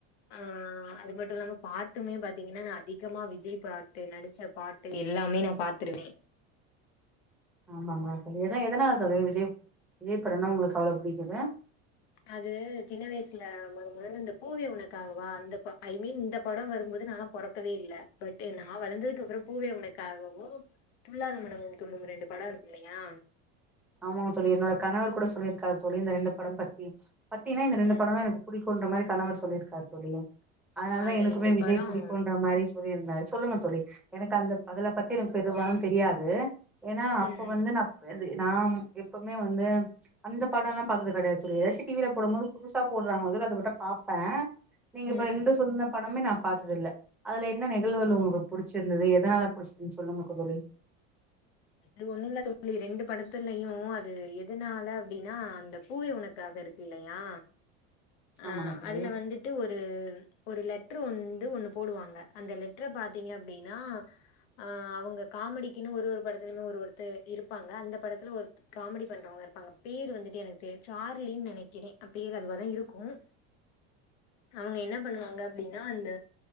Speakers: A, on the left; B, in the centre.
A: அ அது மட்டு இல்லாம பாட்டுமே பாத்தீங்கன்னா நா அதிகமா விஜய் பாட்டு நடிச்ச பாட் டு எல்லாமே நா பாத்துருவே
B: ஆமாங்ளா தோழி எத எதனால தோழி விஜய் விஜய் படன்ன உங்களுக்கு அவ்ளோ புடிக்குது
A: அது சின்ன வயசுல மொத மொதல இந்த பூவே உனக்காகவா அந்த ஐ மீன் இந்த படோ வரும்போது நாலா பொறக் கவே இல்ல பட்டு நா வளந்ததுக்கப்புறோ பூவே உனக்காகவும் துள்ளாத மனமும் துள்ளும் ரெண்டு படோ இருக்கில்லையா
B: ஆமாங்க தோழி என்னோட கணவர் கூட சொல்லிருக்காரு தோழி இந்த ரெண்டு படம் பத்தி பத்தியனா இந்த ரெண்டு
A: ம்.
B: படோ தா எனக்கு புடிக் ன்ற மாரி கணவர் சொல்லியிருக்கார் தோழி அதனால
A: ஆ
B: தா
A: அந்த
B: எனக்குமே விஜய்
A: படம்
B: புடிக்குன்ற மாரி சொல்லியிருந்தாரு சொல்லுங்க தோழி எனக்கு அந்த அதுல பத்தி எனக்கு பெரும்பாலு தெரியாது ஏனா
A: ம்,
B: அப்ப
A: ம்,
B: வந்து நா அது நாம் எப்பவ்மே வந்து அந்த படன்ல்லா பாத்தது கெடையாது தோழி எதாச்சும் டிவில போடும்போது புதுசா போடுறாங்க மொதல அத மட்டு பாப்பே நீங்க இப்ப
A: ம்.
B: ரெண்டு சொன்ன படமே நா பாத்ததில்ல அதுல என்ன நிகழ்வுகள் உங்களுக்கு புடிச்சிருந்தது எதனால புடிச்சதுன் சொல்லுங்க தோழி
A: அது ஒண்ணும் இல்ல தோழி ரெண்டு படத்துலையும் அது எதனால அப்டின்னா அந்த பூவே உனக்காக இருக்கு இல்லயா அ
B: ஆமாங்க தோழி
A: அதுல வந்து ட்டு ஒரு லெட்டரு வந்து ஒண்ணு போடுவாங்க அந்த லெட்டர பாத்தீங்க அப்டின்னா அ அவங்க காமெடிக்குன்னு ஒரு ஒரு படத்துலயும் ஒரு ஒருத்தர் இருப்பாங்க அந்த படத்துல ஒரு காமெடி பண்றவங்க இருப்பாங்க பேர் வந்துட்டு எனக்கு தெ சார்லின்னு நனைக்கறேன் பேர் அதுவ தான் இருக்கும் அவங்க என்ன பண்ணுவாங்க அப்டின்னா அந்த